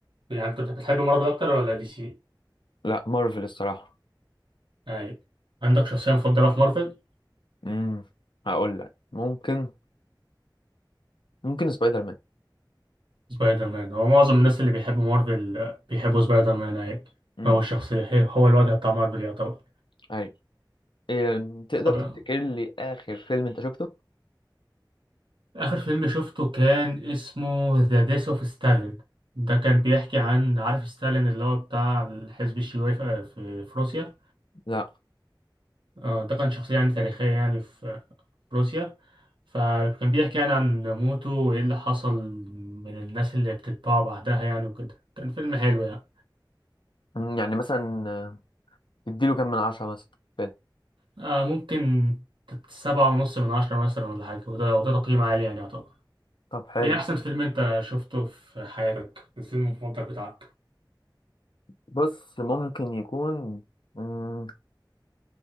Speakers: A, on the right; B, on the left.
A: يعني انت بتحب مارفل اكتر ولا دي سي
B: لا مارفل الصراحه
A: آه. عندك شخصيه مفضله في مارفل
B: امم هقول لك ممكن ممكن سبايدر مان
A: سبايدر مان هو معظم الناس اللي بيحبوا مارفل آه، بيحبوا سبايدر مان أيوة
B: امم
A: هو الشخصية هي- هو الواجهة بتاع مارفل يعتبر
B: ايوه إيه تقدر
A: طب،
B: تفتكر لي اخر فيلم انت شفته
A: آخر فيلم شفته كان اسمه ذا ديث اوف ستالين ده كان بيحكي عن عارف ستالين اللي هو بتاع الحزب الشيوعي في آه، في- في روسيا
B: لا
A: آه، ده كان شخصية يعني تاريخية يعني في في روسيا فكان بيحكي يعني عن موته وإيه اللي حصل من الناس اللي بتتباع بعدها يعني وكده كان فيلم حلو يعني
B: مم، يعني مثلا اديله كام من عشرة مثلا فيلم
A: آه ممكن تت- سبعة ونص من عشرة مثلا ولا حاجة وده وده تقييم عالي يعني يعتبر
B: طب حلو
A: ايه أحسن فيلم أنت شفته في حياتك الفيلم المفضل بتاعك
B: بص ممكن يكون مم،